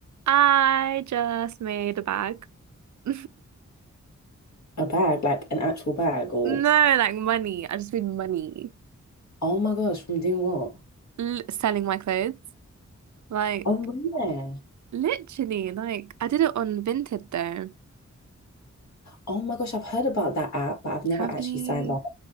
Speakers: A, on the right; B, on the left.
A: I just made a bag. <laughs>
B: A bag, like an actual bag, or
A: No, like money. I just made money
B: oh my gosh, from doing what?
A: L selling my clothes. Like
B: Oh, really?
A: literally, like I did it on Vinted though.
B: Oh my gosh, I've heard about that app, but I've never
A: Have
B: actually
A: you
B: signed up.